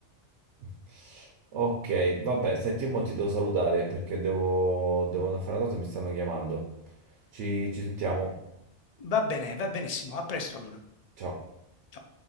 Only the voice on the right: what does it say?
<laughs> Ok, vabbè, senti, mo ti devo salutare perché devo, devo andare a fare una cosa, mi stanno chiamando. Ci, ci sentiamo.
Ciao.